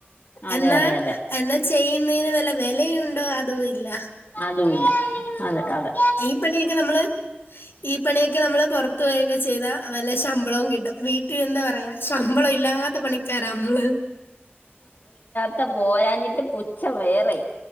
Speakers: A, on the left (about 50°); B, on the left (about 65°).
A: അതെ
B: എന്നാ
A: അതെ അതെ
B: എന്നാ ചെയ്യുന്നതിന് വല്ല വിലയുണ്ടോ അതോ ഇല്ല
A: അതൂല്ല അതെ അതെ
B: ഈ പണിയൊക്കെ നമ്മൾ ഈ പണിയൊക്കെ നമ്മൾ പുറത്തു പോയൊക്കെ ചെയ്താ വല്ല ശമ്പളവും കിട്ടും. വീട്ടിൽ എന്താ പറയാ ശമ്പളം ഇല്ലാത്ത പണിക്കാർ മ്മൾ
A: ത്ത പോരാഞ്ഞിട്ട് പുച്ചം വേറെയായി.